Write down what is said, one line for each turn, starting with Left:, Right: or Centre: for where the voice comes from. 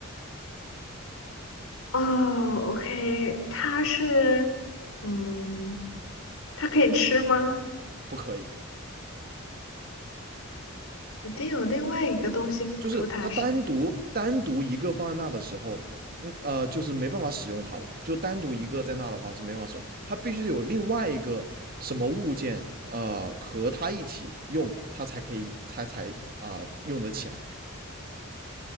Left: 哦，OK，它是，嗯，它可以吃吗？
Right: 不可以。
Left: 一定有另外一个东西辅助它吃。
Right: 就是它单独单独一个放在那的时候，嗯呃，就是没办法使用它的，就单独一个在那的话是没办法使用，它必须得有另外一个什么物件呃和它一起用，它才可以它才啊、呃用得起来，